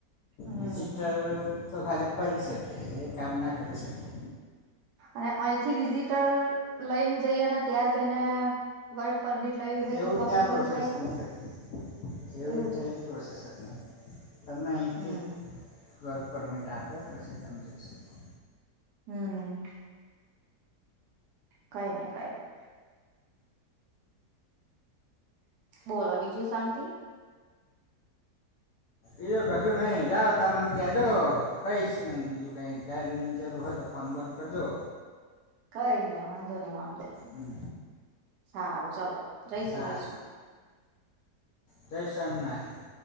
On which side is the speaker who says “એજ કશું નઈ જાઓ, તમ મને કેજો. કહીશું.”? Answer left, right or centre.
Left